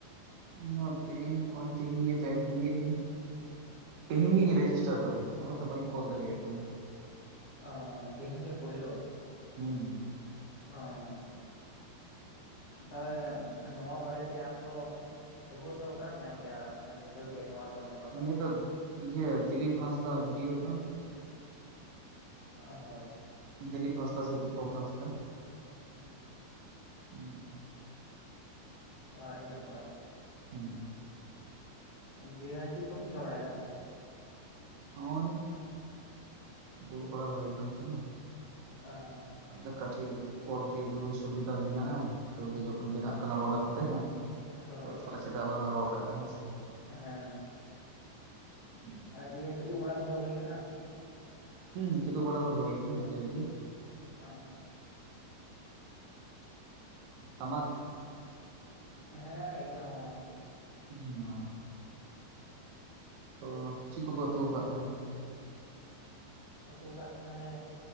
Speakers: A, on the right; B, on the left.
A: ᱢᱚᱛᱮ ᱛᱮᱦᱮᱧ, ᱛᱮᱦᱮᱧ ᱜᱮ ᱢᱚᱛᱮᱧ ᱢᱚᱛᱮ ᱢᱤᱫ ᱫᱤᱱ ᱾ ᱛᱮᱦᱮᱧ ᱜᱤᱧ ᱨᱮᱡᱤᱥᱴᱟᱨ ᱠᱟᱫᱟ ᱚᱱᱟᱛᱮ ᱵᱟᱹᱧ ᱠᱚᱞ ᱫᱟᱲᱮᱭᱟᱜ ᱠᱟᱱᱟ ᱾
B: ᱚᱸ ᱛᱮᱦᱮᱧ ᱜᱮ ᱯᱳᱭᱞᱳ?
A: ᱦᱩᱸ ᱾
B: ᱚᱸᱻ ᱾ ᱛᱟᱦᱚᱞᱮ ᱱᱚᱣᱟ ᱵᱟᱨᱮ ᱛᱮ ᱟᱢ ᱫᱚᱼᱼ ᱠᱷᱚᱵᱚᱨ ᱫᱚ ᱚᱠᱟᱨᱮᱢ ᱧᱟᱢ ᱠᱮᱫᱮᱜᱼᱟ? ᱥᱮᱢ ᱵᱩᱡᱷᱟᱹᱣ ᱠᱮᱫᱼᱟ ᱱᱚᱣᱟ ᱨᱮᱫᱚ ᱱᱚᱝᱼᱼ
A: ᱱᱤᱭᱟᱹ ᱫᱚ ᱤᱭᱟᱹ ᱫᱤᱞᱤᱯ ᱦᱟᱸᱥᱫᱟᱜ ᱵᱷᱤᱰᱤᱭᱳ ᱠᱷᱚᱱ ᱾
B: ᱦᱚᱭ ᱾
A: ᱫᱤᱞᱤᱯ ᱦᱟᱸᱥᱫᱟ ᱥᱮ, ᱫᱤᱯᱚᱠ ᱦᱟᱸᱥᱫᱟ?
B: ᱦᱮᱸ ᱾
A: ᱦᱩᱸ <inaudible>
B: ᱟᱹᱰᱤ ᱱᱟᱯᱟᱭ ᱾
A: ᱦᱩᱸ ᱾
B: ᱫᱤᱭᱮ ᱪᱮᱫ ᱠᱚᱢ ᱪᱤᱠᱟᱹ ᱵᱟᱲᱟᱭᱮᱫ-ᱟ?
A: ᱦᱚᱜᱼᱚᱭ ᱫᱩᱲᱩᱵ ᱵᱟᱲᱟ ᱦᱚᱭ ᱠᱟᱱ ᱛᱟᱦᱮᱸᱱᱟ᱾
B: ᱟᱸᱻ
A: ᱟᱫᱚ ᱠᱟᱹᱴᱤᱡ ᱠᱚᱞ ᱨᱮᱭᱟᱜ ᱡᱚᱠᱷᱚᱱ ᱥᱩᱵᱤᱫᱷᱟ ᱢᱮᱱᱟᱜᱼᱟ, ᱠᱟᱹᱣᱰᱤ ᱡᱚᱠᱷᱚᱱ ᱵᱮᱱᱟᱜ ᱠᱟᱱᱟ ᱨᱚᱲ ᱠᱟᱛᱮᱼᱼ <unintelligible>
B: ᱦᱳᱭ ᱦᱳᱭ
A: ᱪᱮᱫᱟᱜ ᱵᱟᱝ ᱨᱚᱲ ᱠᱟᱜᱼᱟ ᱦᱮᱸ ᱥᱮ?
B: ᱦᱮᱸ ᱾
A: <inaudible>
B: ᱫᱤᱭᱮ ᱠᱤᱫᱩᱵ ᱵᱟᱲᱟ ᱠᱚᱫᱚ ᱦᱩᱭ ᱟᱠᱟᱱᱟ?
A: ᱦᱩᱸ ᱠᱤᱫᱩᱵ ᱵᱟᱲᱟ ᱫᱚ ᱦᱥᱭ ᱱᱟ, ᱟᱜᱮ ᱨᱮ ᱜᱮ ᱾
B: ᱚᱸᱻ
A: ᱟᱢᱟᱜ?
B: ᱦᱮᱸ ᱤᱧᱟᱹᱜ ᱦᱚᱸ ᱾
A: <unintelligible> ᱛᱚ ᱪᱮᱫ ᱠᱚᱯᱮ ᱚᱛᱩ ᱠᱟᱫ ᱛᱟᱦᱮᱱᱟ?
B: ᱩᱛᱩ ᱠᱟᱫ ᱛᱟᱦᱮᱸ ᱱᱟᱞᱮ